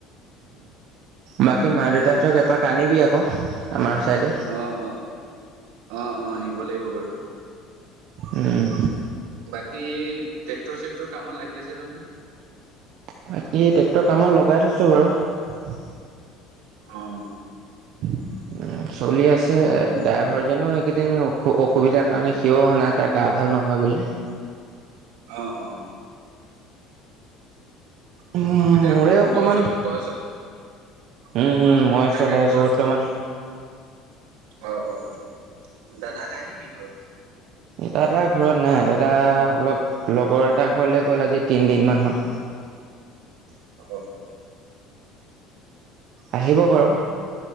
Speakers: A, on the right (about 55°); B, on the right (about 85°).
A: বাকী মা- দেউতাহঁতক এপাক আনিবি আকৌ আমাৰ চাইডে
B: অ', অ, অ', অ, নিব লাগিব বাৰু
A: উম
B: বাকী ট্ৰেক্টৰ চেক্টৰ কামত লাগি আছে নহয়?
A: বাকী ট্ৰেক্টৰ কামত লগাই থৈছো বাৰু
B: অ'
A: উ, চলি আছে। ড্ৰাইভাৰজনো এইকেইদিন অসু অসুবিধাৰ কাৰণে সিও অহা নাই, তাৰ গা ভাল নহয় বুলি
B: অ', অ।
A: উম,
B: তেতিয়া,
A: মোৰে অকমান
B: তই চ, তয়ে চ
A: উম উম, ময়ে
B: তাকে
A: চলাই
B: তই
A: আছো বৰ্তমান
B: চ অ', অ, দাদা নাই নেকি ঘৰত?
A: দাদা ঘৰত নাই, দাদা অলপ লগৰ এটাাৰ ঘৰলে গ'ল আজি তিনদিন মান হ'ল।
B: অ'।
A: আহিব বাৰু।